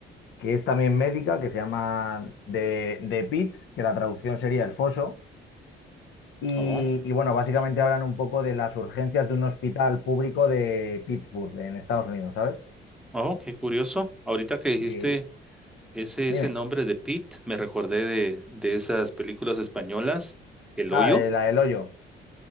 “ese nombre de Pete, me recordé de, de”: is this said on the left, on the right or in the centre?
Centre